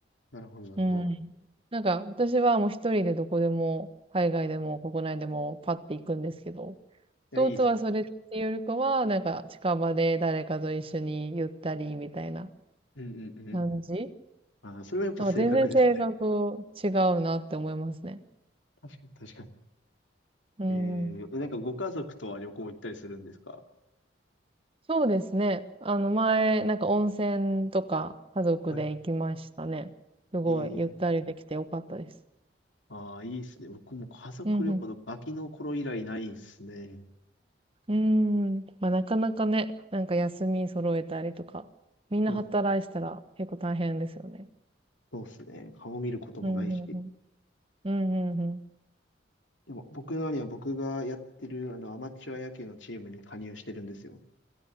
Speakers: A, on the left; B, on the right.
A: なるほど、なるほど。
B: うん。なんか私はもう一人でどこでも、海外でも国内でもパッて行くんですけど、
A: いや、
B: 弟はそれっていうよりかは、
A: いいですね。
B: なんか近場で誰かと一緒にゆったりみたいな
A: うんうんうんうん。
B: 感じ。
A: ああ、それはやっぱ性格ですね。
B: なんか全然性格違うなって思いますね。
A: 確かに確かに。
B: うん。
A: えー、えなんかご家族とは旅行行ったりするんですか
B: そうですね。あの前、なんか温泉とか家族で行きましたね。
A: はい。
B: すごい、
A: えー
B: ゆったりできてよかったです。
A: ああ、いいっすね。僕も家族旅行とかガキの頃以来ないっすね。
B: うんうん。うーん。まあなかなかね、なんか休み揃えたりとか、みんな働いてたら結構大変ですよね。
A: そう、そうっすね。顔見ることもないし。
B: うんうんうん。うんうんうん。
A: でも僕の兄は僕がやってるあのアマチュア野球のチームに加入してるんですよ。